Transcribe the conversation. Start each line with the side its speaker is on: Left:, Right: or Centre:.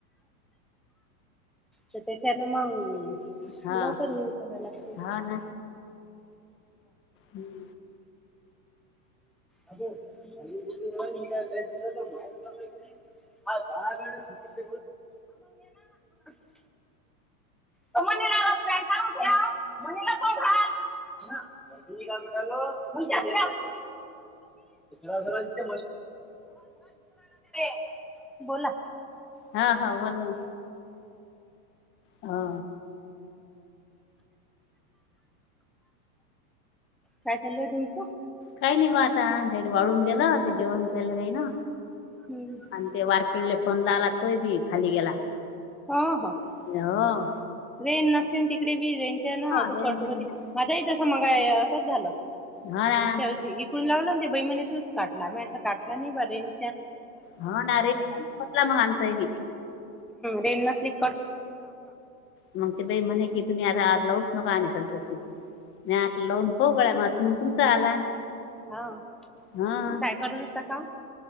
Centre: तर त्याच्यान मग
Left: हा
Centre: लवकर येऊ कय लागती.
Left: हा ना हम्म.
Centre: अ त म मस मा <inaudible> ह हा गाड समस <inaudible> त म्हला र का ठे म्हणेला कोण घल <inaudible> का म्हणाल तमच्यातले आरधी <unintelligible> मट बोला.
Left: हा हा बोला णा. हा.
Centre: काय चालू आहे तुमच.
Left: काही नाही ग आता वाळून गेलं ते जेवण खयलं जाई ना
Centre: हम्म, हम्म.
Left: आणि ते वारक. फोन ला आला तोय बी खाली गेला.
Centre: हा ह.
Left: ह.
Centre: रेन नसते आणि तिकडे बी रेनच्या ना होतोड.
Left: रेंज नाही ना
Centre: माझ्याहीत समोर हाय असंच झालं.
Left: हाला
Centre: ते त्या- इकडून लावलं ते बहि मणीतूनच काटला मटला काटला नाही बरें.
Left: हो ना रेंज पटला मग आमचाही बी
Centre: े <unintelligible>
Left: मग ते बाई म्हणे की तुम्ही आता लावूच नका आणि सद्याची. नाही आ लवन खऊगळ म मग तुमचा आला.
Centre: हा
Left: हा
Centre: काय करतता का.